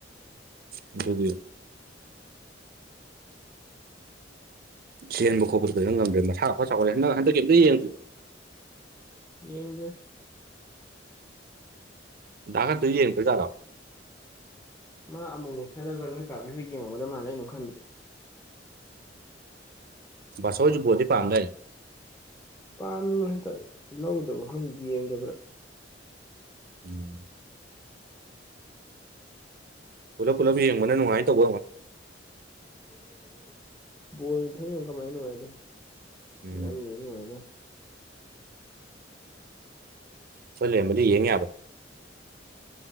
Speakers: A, on the right; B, on the left.
A: ꯑꯗꯨꯒꯤ ꯆꯦꯟꯕ ꯈꯣꯠꯄꯁꯨ ꯀꯩꯝ ꯉꯝꯗ꯭ꯔꯦ ꯃꯁꯥ ꯐ ꯆꯥꯎꯈꯠꯂꯦ ꯍꯟꯗꯛ ꯍꯟꯗꯛ ꯀꯩꯝꯇ ꯌꯦꯡꯗꯔꯤ
B: ꯌꯦꯡ ꯗ‌ꯦ
A: <unintelligible> ꯌ‌ꯦꯡꯗ꯭ꯔ‌ ꯖꯥꯠꯂ‌ꯣ
B: ꯃꯥ ꯑꯃꯨꯛ ꯑꯃꯨꯛꯁꯠꯂꯒ ꯅꯣꯏ ꯀꯥꯄꯤꯍꯣꯏ ꯌꯦꯡꯉꯒꯗ ꯃꯥꯜꯂꯤ ꯑꯩꯅꯝ ꯈꯟꯕꯗꯤ
A: ꯕꯥ ꯁꯥꯏꯠꯁꯨ ꯕ‌ꯣꯜꯗꯤ ꯄꯥꯝꯗꯥꯏꯅ‌ꯦ
B: ꯀꯥꯟ ꯍꯟꯇꯛ ꯂꯧꯗꯕ ꯈꯪ ꯌ‌ꯦꯡꯗꯕ꯭ꯔ
A: ꯎꯝ ꯄꯨꯂꯞ ꯄꯨꯂꯞ ꯌꯦꯡꯕꯅ ꯅꯨꯡꯉꯥꯏ ꯇꯧꯕ ꯑ‌ꯣꯏ
B: ꯕ‌ꯣꯜ ꯏꯊꯠ ꯌ‌ꯦꯡ ꯀꯃꯥꯏ ꯅꯨꯡꯉꯥꯏꯗꯨꯏꯝ
A: ꯎꯝ
B: ꯌꯥꯝ ꯌ‌ꯦꯡ ꯅꯨꯉꯥꯏꯅ
A: ꯈ‌ꯣꯏ ꯂꯩꯔꯝꯃꯗꯤ ꯌꯦꯡ ꯌꯥꯕ